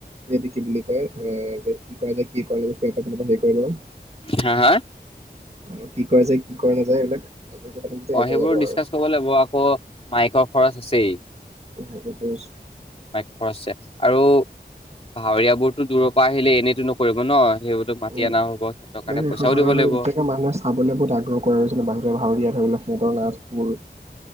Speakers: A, on the right; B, on the left.
A: এইটো কি বুলি কয় যে কি কৰা যে কি কৰা <unintelligible>
B: হা হা
A: অ কি কৰা যায় কি কৰা নাযায় এইবিলাক ৰাজকে পাতিম তেতিয়া হেৰি
B: অ
A: কৰা
B: সেইবোৰ
A: যাব
B: ডিচকাচ
A: আৰু
B: কৰিব লাগিব আকৌ মাইকৰ খৰচ আছেই।
A: <unintelligible>
B: মাইক খৰচ আছে আৰু ভাৱৰীয়া বোৰতো দূৰৰ পৰা আহিলে এনেইতো নকৰিব ন সি হঁতক মাতি
A: উম,
B: অনা হ'ব সিহঁতৰ
A: মানে
B: কাৰণে
A: এখন
B: পইচাও
A: ভাওনা
B: দিব
A: হলে
B: লাগিব।
A: বিশেষকে মানুহে চাবলৈ বহুত আগ্ৰহ কৰা হৈছিলে বাহিৰৰ ভাৰিয়া ধৰি লও সিহঁতৰ নাথ বোৰ